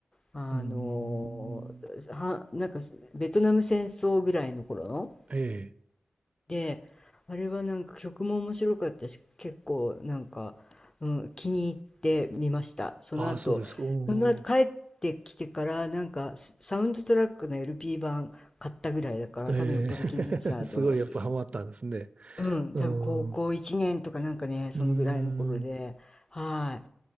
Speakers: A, on the left; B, on the right.
A: あのーはなんかベトナム戦争ぐらいの頃の。
B: うーん。ええ。
A: で、あれはなんか曲も面白かったし、結構なんか、うん、気に入ってみました。その後、
B: ああ、そうですか。おー。
A: その後帰ってきてから、なんかスサウンドトラックの LP 版買ったぐらいだから、
B: えー
A: 多分よっぽど気に入ってたなと思います。
B: <laughs> すごいやっぱハマったんですね。
A: うん、
B: うん。
A: 多分高校1年とかなんかね、
B: う
A: そのぐらいの頃で、
B: ーん。
A: は